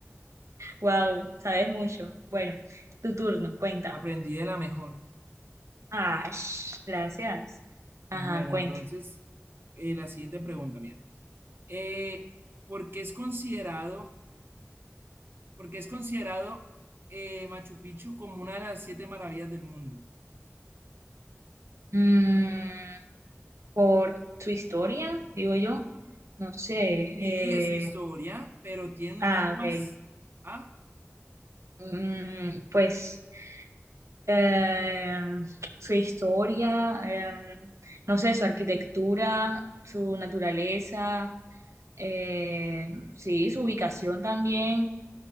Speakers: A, on the right; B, on the right.
A: Wow, sabes mucho. Bueno, tu turno, cuenta.
B: Aprendí de la mejor.
A: Ah, gracias. Ajá,
B: Bueno,
A: cuenta.
B: entonces, eh, la siguiente pregunta, mira. Eh, ¿por qué es considerado, por qué es considerado eh, Machu Picchu como una de las siete maravillas del mundo?
A: Mm, por su historia, digo yo. No sé. eh,
B: Sí, es su historia, pero tiene un-
A: ah,
B: algo
A: ok.
B: más. Ah,
A: Mm, pues. eh, su historia, eh, no sé, su arquitectura, su naturaleza, eh, sí, su ubicación también.